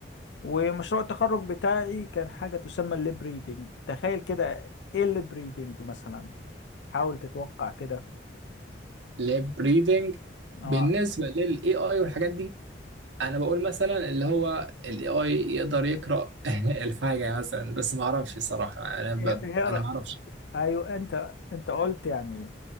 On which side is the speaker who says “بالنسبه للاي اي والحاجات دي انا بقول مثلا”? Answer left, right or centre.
Right